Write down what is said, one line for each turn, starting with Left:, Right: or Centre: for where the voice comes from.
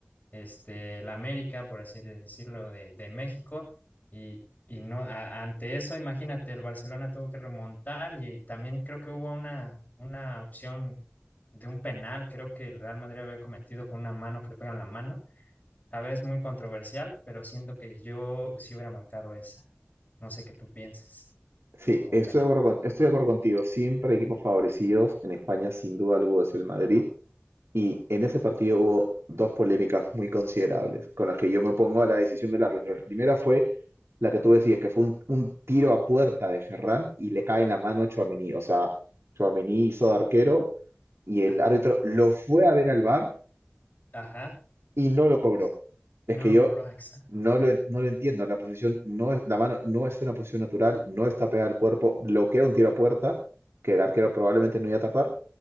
Left: este, la América, por así decirlo, de, de México, y, y no, a- ante eso, imagínate, el Barcelona tuvo que remontar, y también creo que hubo una, una opción de un penal, creo que el Real Madrid había cometido con una mano que le pegan la mano a ver, es muy controversial, pero siento que yo sí hubiera marcado esa. No sé qué tú pienses,
Right: Sí,
Left: como
Right: estoy
Left: penal.
Right: de acuerdo, con- estoy de acuerdo contigo. Siempre hay equipos favorecidos. En España, sin duda alguna, es el Madrid. Y en ese partido hubo dos polémicas muy considerables con las que yo me opongo a la decisión del árbitro. La primera fue la que tú decías, que fue un, un tiro a puerta de Ferran y le cae en la mano a Tchouaméni. O sea, Tchouaméni hizo de arquero y
Left: Ajá,
Right: el árbitro lo fue a ver al VAR
Left: ajá.
Right: y no lo cobró.
Left: Pues, Y
Right: Es
Left: no
Right: que
Left: lo
Right: yo
Left: cobró, exacto.
Right: no lo, no lo entiendo. La posición no es, la mano no es una posición natural, no está pegada al cuerpo, bloquea un tiro a puerta que el arquero probablemente no iba a tapar